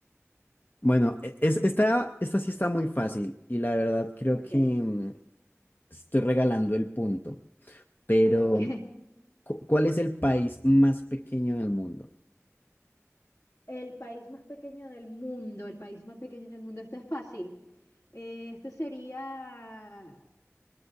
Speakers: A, on the left (about 40°); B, on the left (about 70°).
A: Bueno, e- es, esta, esta sí está muy fácil y la verdad creo
B: <laughs>
A: que
B: Ok,
A: mm, estoy regalando el punto, pero
B: ok.
A: cu- ¿cuál es el país más pequeño del mundo?
B: El país más pequeño del mundo, el país más pequeño del mundo, esto es fácil. Eh, este sería